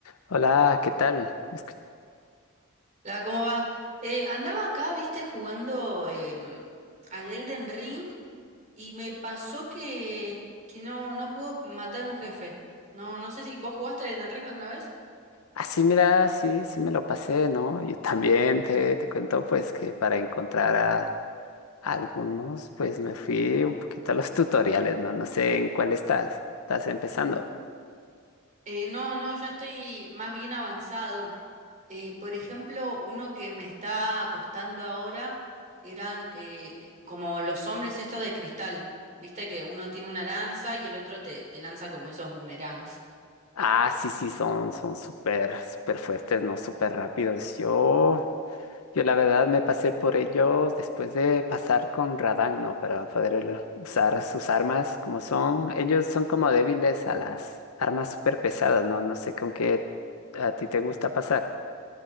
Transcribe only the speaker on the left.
Hola, ¿qué tal? Escu-
Ah, sí, mira, sí, sí me lo pasé, ¿no? Yo también te, te cuento, pues, que para encontrar a, a algunos, pues, me fui un poquito a los <laughs> tutoriales, ¿no? No sé en cuál estás, estás empezando.
Ah, sí, sí, son, son súper, súper fuertes, ¿no? Súper rápidos. Yo Yo la verdad me pasé por ellos después de pasar con Radan, ¿no? Para poder el- usar
sus armas como son. Ellos son como débiles a las armas súper pesadas, ¿no? No sé con qué a ti te gusta pasar.